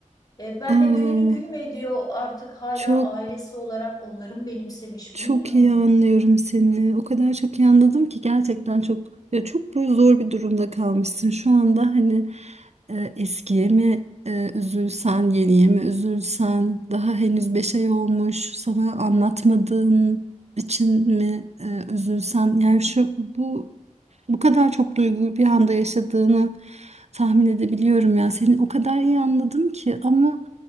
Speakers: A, on the left (about 30°); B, on the right (about 55°).
A: E, benle
B: Aa,
A: gününü gün mü ediyor artık hala
B: çok
A: ailesi olarak onların benimsemiş
B: çok
A: bilmiyorum.
B: iyi anlıyorum seni. O kadar çok iyi anladım ki gerçekten çok ya çok böyle zor bir durumda kalmışsın. Şu anda hani e, eskiye mi e, üzülsen, yeniye mi üzülsen, daha henüz beş ay olmuş, sana anlatmadığın için mi e, üzülsen. Yani şu bu Bu kadar çok duyguyu bir anda yaşadığını tahmin edebiliyorum ya. Seni o kadar iyi anladım ki ama